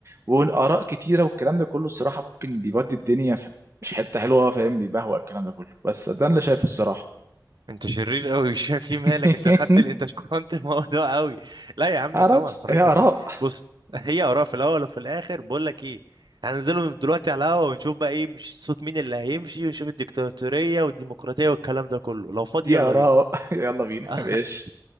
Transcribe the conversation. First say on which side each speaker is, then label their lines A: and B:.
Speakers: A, on the right (about 40°); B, on the right (about 75°).
A: واراء كتيره والكلام ده كله الصراحه ممكن بيودي الدنيا في مش حته حلوه فاهم بيبهوأ الكلام ده كله بس ده اللي شايفه الصراحه
B: انت شرير قوي مش فاهم <laughs> في
A: <laughs>
B: مالك انت خدت ال... انت <laughs> شكرت الموضوع قوي لا يا عم
A: معرفش
B: طبعا حريه
A: هي اراء
B: الر... بص هي اراء في الاول وفي الاخر بقول لك ايه هننزلوا دلوقتي على القهوه ونشوف بقى ايه مش صوت مين اللي هيمشي ونشوف الديكتاتوريه والديمقراطيه والكلام ده كله لو فاضي
A: دي
B: يلا
A: اراء
B: بينا
A: <laughs> يلا بينا
B: <laughs>
A: ماشي